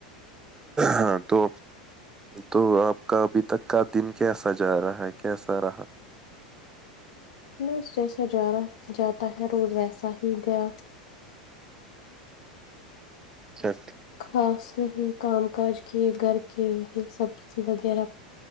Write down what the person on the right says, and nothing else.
ہاں تو تو آپ کا ابھی تک کا دن کیسا جا رہا ہے کیسا رہا
اچھا